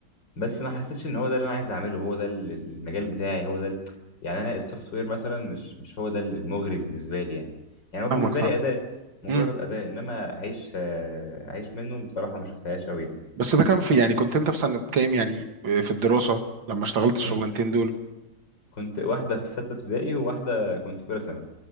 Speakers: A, on the left; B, on the right.
A: بس ما حسيتش ان هو ده اللي انا عايز اعمله هو ده ال- ال- المجال بتاعي هو ده ال- يعني انا السوفت وير مثلا مش مش هو ده المغري بالنسبه لي يعني يعني هو
B: فاهمك
A: بالنسبه
B: فاهمك
A: لي اداه مجرد
B: امم
A: اداه انما اعيش آه، اعيش منه بصراحه ما شفتهاش قوي
B: بس ده كان في يعني كنت انت في سنه كام يعني في الدراسه لما اشتغلت الشغلانتين
A: يعني
B: دول
A: كنت واحدة في ستة ابتدائي وواحدة كنت في أولى ثانوي